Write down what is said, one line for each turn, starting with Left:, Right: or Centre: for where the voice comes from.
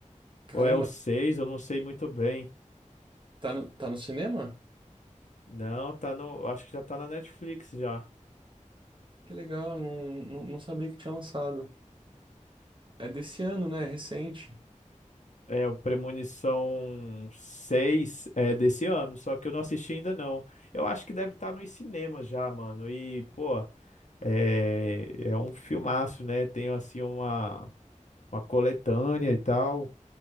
Right: Caramba,
Left: Ou é o 6? eu não sei muito bem.
Right: tá no, tá no cinema?
Left: Não, tá no. Acho que já tá na Netflix já.
Right: Que legal, não, não, não sabia que tinha lançado. É desse ano, né? É recente.
Left: É, o Premonição seis é desse ano, só que eu não assisti ainda não. Eu acho que deve estar nos cinemas já, mano. E, pô, é, é um filmaço, né? Tem, assim, uma, uma coletânea e tal,